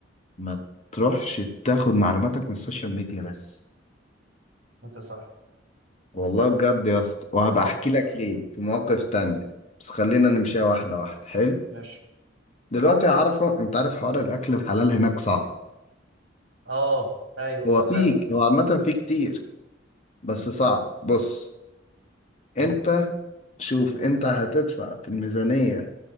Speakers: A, on the left; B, on the right.
A: ما تروحش تاخد معلوماتك من السوشيال ميديا بس
B: انت صح
A: والله بجد يا اسطى وهبقى
B: لا لا
A: أحكي
B: انت
A: لك
B: صح
A: ليه في مواقف تانية بس خلينا نمشيها واحدة واحدة حلو
B: ماشي
A: دلوقتي يا عرفة أنت عارف حوار الأكل الحلال هناك صعب
B: اه ايوه
A: هو
B: اه فعلا
A: فيك هو عامة فيه كتير بس صعب بص أنت شوف انت هتدفع في الميزانية